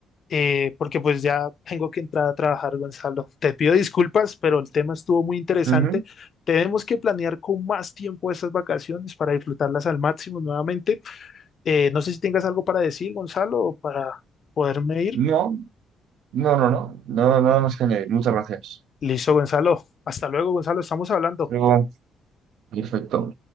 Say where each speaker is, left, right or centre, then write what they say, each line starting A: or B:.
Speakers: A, on the left (about 50°); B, on the right (about 80°).
A: eh, porque pues ya tengo que entrar a trabajar, Gonzalo. Te pido disculpas, pero el tema estuvo muy interesante.
B: ujú.
A: Tenemos que planear con más tiempo estas vacaciones para disfrutarlas al máximo nuevamente. Eh, no sé si tengas algo para decir, Gonzalo, o para poderme ir.
B: No, no, no, no. No, nada más que añadir. Muchas gracias.
A: Listo, Gonzalo. Hasta luego, Gonzalo. Estamos hablando.
B: Luego, perfecto.